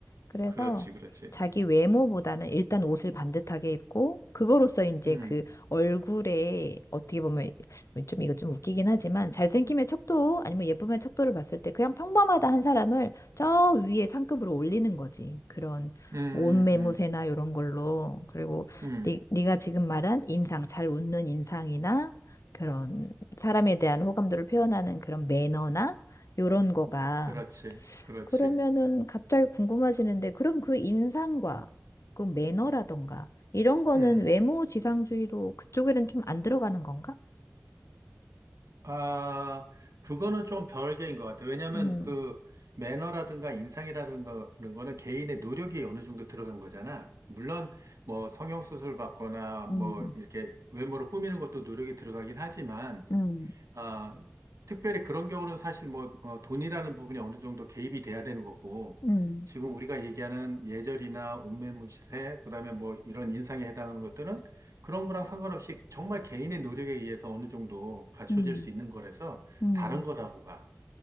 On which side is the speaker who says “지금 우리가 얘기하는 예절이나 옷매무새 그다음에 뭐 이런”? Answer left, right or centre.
Right